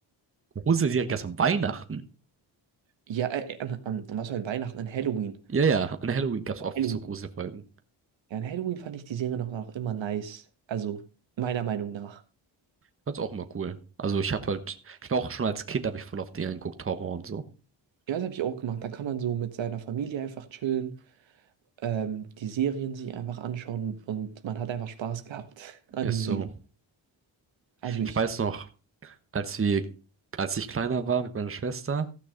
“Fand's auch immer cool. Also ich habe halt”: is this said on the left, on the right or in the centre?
Right